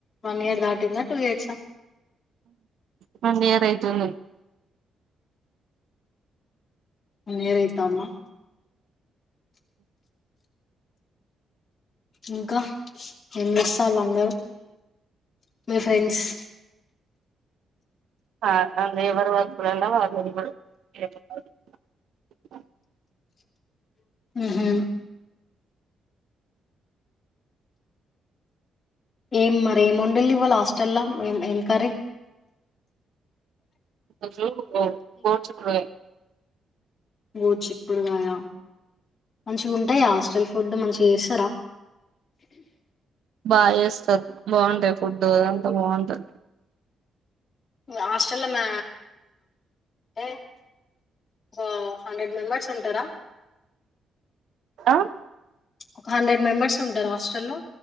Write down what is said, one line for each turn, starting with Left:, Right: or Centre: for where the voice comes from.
Left: వన్ ఇయర్ దాటిందా టూ ఇయర్సా
Right: వన్ ఇయర్ ఐతుంది
Left: వన్ ఇయర్ ఐతాందా ఇంకా ఏం చేస్తా ఆళ్లందరు మిఫ్ ట్రెండ్స్
Right: ఆ అ నేవరు వర్క్ <unintelligible>
Left: మ్ హు ఏం మరి ఏం వండాలి ఇవాళ హాస్టల్ల్లో ఏం ఏం కరీ
Right: ఈరోజు గోర్ గోరుచిక్కుడు <inaudible>
Left: గోరుచిక్కుడుకాయ మంచిగా ఉంటాయ హాస్టల్ ఫుడ్ మంచిగా చేస్తారా
Right: బా చేస్తారు బాగుంటాయి ఫుడ్ అదంతా బాగుంటది
Left: హాస్టల్లో మా అంటే ఒ హండ్రెడ్ మెంబర్స్ ఉంటారా
Right: ఆ
Left: ఒక హండ్రెడ్ మెంబర్స్ ఉంటారా హాస్టల్ లో